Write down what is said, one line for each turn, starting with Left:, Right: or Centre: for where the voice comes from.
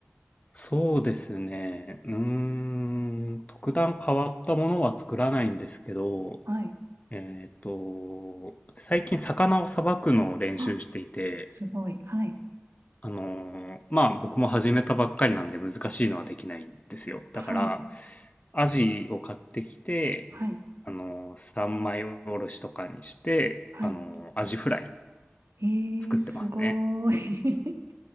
Left: そうですね。うーん、特段変わったものは作らないんですけど、
Right: はい。
Left: えっと、最近魚をさばくのを練習していて、
Right: あ、すごい。はい。
Left: あのーまあ僕も始めたばっかりなんで難しいのはできないんですよ。
Right: はい。
Left: だから、アジを買ってきて、
Right: はい。
Left: あのー三枚おろしとかにして、
Right: はい。
Left: あのーアジフライ
Right: えー、
Left: 作ってますね。
Right: すごい。<laughs>